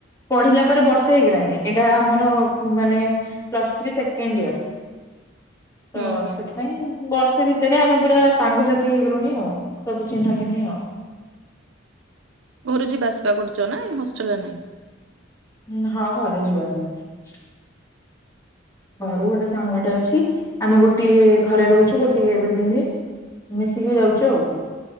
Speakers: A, on the left (about 20°); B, on the right (about 70°).
A: ପଢିଲା ପରେ ବର୍ଷେ ହେଇଗଲାଣି ଏଇଟା ଆମର ମାନେ ପ୍ଲସଥ୍ରୀ ସେକେଣ୍ଡ ଇୟର ତ
B: ହୁଁ ହୁଁ
A: ସେଥିପାଇଁ ବର୍ଷେ ଭି ତରେ ଆମେ ପୁରା ସାଙ୍ଗସାଥି ହେଇଗଲୁଣି ଆଉ ସବୁ ଚିହ୍ନା ଚିହ୍ନି ଆଉ
B: ଘରୁ ଯିବା ଆସିବା କରୁଚ ନା ହଷ୍ଟେଲରେ ନାଇଁ
A: ଉଁ ହଁ ଘରେ ଯିବା ଆସିବା ଘରୁ ଗୋଟେ ସାଙ୍ଗଟେ ଅଛି। ଆମେ ଗୋଟିଏ ଘରେ ରହୁଚୁ। ଗୋଟିଏ ବିଲ୍ଡିଂ ରେ ମିଶିକି ଯାଉଚୁ ଆଉ।